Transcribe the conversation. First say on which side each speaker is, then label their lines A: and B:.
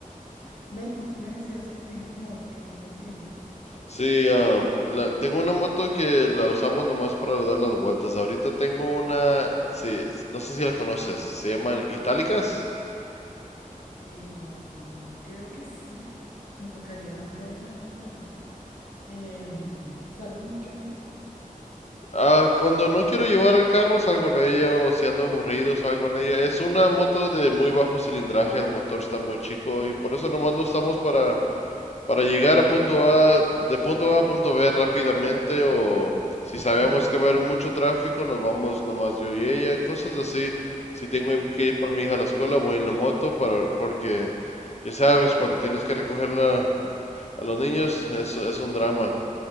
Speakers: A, on the left; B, on the left.
A: Ven, y tú me decías que tienes moto, ¿qué moto tienes?
B: Sí, am, la- tengo una moto que la usamos nomás para dar las vueltas. Ahorita tengo una, sí, no sé si la conoces, se llaman Itálicas.
A: Eh, no, no, creo que sí, me tocaría verla en internet. Em, ¿sales mucho en ella?
B: Ah, cuando no quiero llevar el carro salgo en ella o si ando aburrido salgo en ella. Es una moto de muy bajo cilindraje, el motor está muy chico y por eso nomás lo usamos para para llegar a punto A, de punto A a punto B rápidamente o si
A: Ok.
B: sabemos que va a haber mucho tráfico, nos vamos nomás yo y ella, cosas así. Si tengo que ir por mi hija a la escuela, voy en la moto para porque ya sabes, cuando tienes que recogerla a los niños es, es un drama.